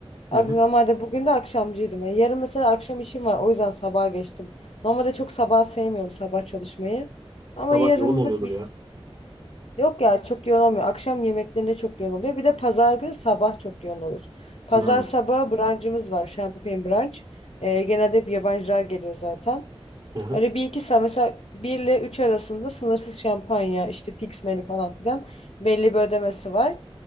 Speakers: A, on the left; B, on the right.
A: Ak-
B: Hı hı.
A: Normalde bugün de akşamcıydım. Yani yarın mesela akşam işim var. O yüzden sabaha geçtim. Normalde çok sabah sevmiyorum sabah çalışmayı. Ama
B: Sabah
A: yarınlık
B: yoğun oluyordur
A: bir
B: ya.
A: is- yok ya çok yoğun olmuyor. Akşam yemeklerinde çok yoğun oluyor. Bir de pazar günü sabah çok yoğun olur. Pazar
B: Hmm.
A: sabahı brunch'ımız var. Champagne brunch. Ee, genelde hep yabancılar geliyor zaten.
B: Hı
A: Öyle bir iki saat mesela bir ile üç arasında sınırsız şampanya işte fix menü falan filan belli bir ödemesi var.